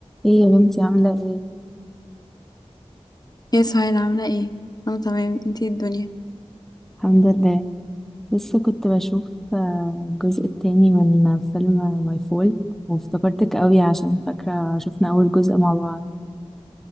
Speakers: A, in the centre; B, on the left.
A: ايه يا بنتي عاملة ايه؟
B: يا سهيل عاملة ايه؟ انا تمام انتي إيه الدنيا
A: الحمد لله لسه كنت بشوف آه، الجزء التاني من فيلم ماي فول وافتكرتك قوي عشان فاكرة شفنا أول جزء مع بعض